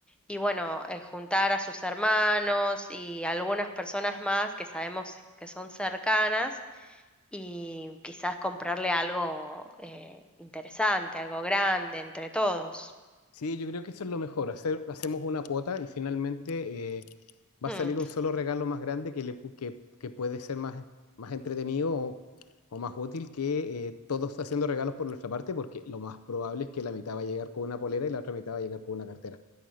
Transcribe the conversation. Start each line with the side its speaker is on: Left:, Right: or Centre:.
Centre: y bueno, eh, juntar a sus hermanos y algunas personas más que sabemos que son cercanas y quizás comprarle algo eh, interesante, algo grande entre todos.
Left: Sí, yo creo que eso es lo mejor, hacer, hacemos una cuota y finalmente eh, va
Centre: Hmm,
Left: a salir un solo regalo más grande que, le, pu- que, que puede ser más, más entretenido o, o más útil que eh, todos haciendo regalos por nuestra parte, porque lo más probable es que la mitad va a llegar con una polera y la otra mitad va a llegar con una cartera.